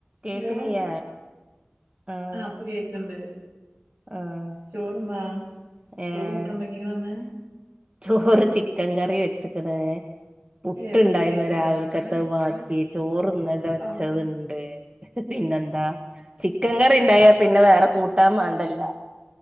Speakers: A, on the right (about 25°); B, on the right (about 70°).
A: കേക്കണിയ്യ
B: Hello
A: ആഹ്
B: ആപ്പ കേക്ക്ണ്ട്
A: ആഹ്
B: ചോറ് ന്നാ
A: ഏഹ്
B: ചോറു കുട്ടാനും ഇണ്ടാകീക്കണന്ന്
A: ചോറ് ചിക്കൻ കറി വെച്ചക്കണ് പുട്ടുണ്ടായിന്ന്
B: ഏ വെക്കല് കഴിഞ്ഞാ
A: രാവിലക്കത്ത് വാക്കി ചോറ ഇന്നല വച്ചത്ണ്ട്
B: ആ
A: പിന്നെന്താ ചിക്കൻ കറിണ്ടായാ പിന്നെ വേറെ കൂട്ടാൻ മാണ്ടല്ല